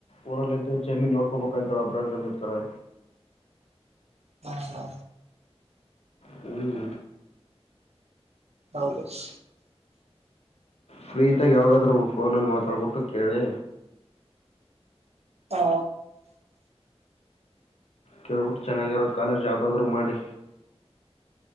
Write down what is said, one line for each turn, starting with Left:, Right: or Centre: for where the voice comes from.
Left: ಊರಲ್ಲಿ ಇದು ಜಮೀನ್ ನೋಡ್ಕೋಬೇಕ ಅಂತಿ ಒಬ್ಬ್ರಂದಿರ್ತಾರೆ
Right: ಹಾ ಹಾ
Left: ಹ್ಮ್
Right: ಹಾಕ್ರೇಶ್
Left: ಫ್ರೀತಾಗ ಯಾವಾಗಾದ್ ಫೋನಲ್ಲಿ ಮಾತಾಡ್ಬಿಟ್ಟು ಕೇಳಿ
Right: ಹಾ
Left: ಕೇಳ್ಬಿಟ್ಟು ಚೆನ್ನಾಗಿರೋ ಕಾಲೇಜ್ ಯಾವ್ದಾದ್ರರು ಮಾಡಿ